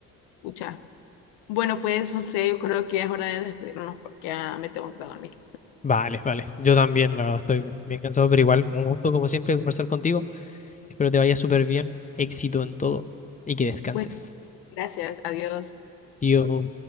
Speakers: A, on the left; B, on the left.
A: Escucha. Bueno, pues José, yo creo que es hora de despedirnos porque ya me tengo que ir a dormir.
B: Vale, vale. Yo también, la verdad, estoy bien cansado, pero igual, un gusto como siempre conversar contigo. Espero te vaya súper bien. Éxito en todo y que descanses.
A: Bueno, gracias. Adiós.
B: Dios.